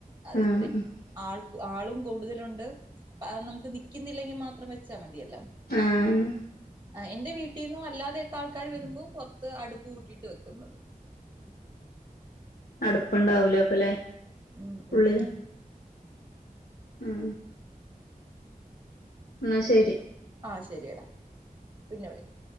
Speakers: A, on the right (about 30°); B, on the left (about 80°).
A: അത്
B: ആഹ്
A: ഇത്രയും
B: ആഹ്
A: ആൾ ആളും കൂടുതലുണ്ട് അപ്പ അത് നമുക്ക് നിക്കുന്നില്ലെങ്കിൽ മാത്രം വെ ച്ചാ മതിയല്ലോ
B: ആഹ്
A: ആഹ് എന്റെ വീട്ടീന്നും അല്ലാതെയൊക്കെ ആൾക്കാര് വരുമ്പോ പുറത്ത് അടുപ്പ് കൂട്ടിയിട്ട് വെക്കുന്നത്
B: നടുപ്പുണ്ടാവൂല അപ്പ ലെ
A: ഉം
B: ഉള്ളില്
A: ഉം ഉം
B: ഉം എന്ന ശരി
A: ആഹ് ശരിയടാ പിന്നെ വിളിക്ക്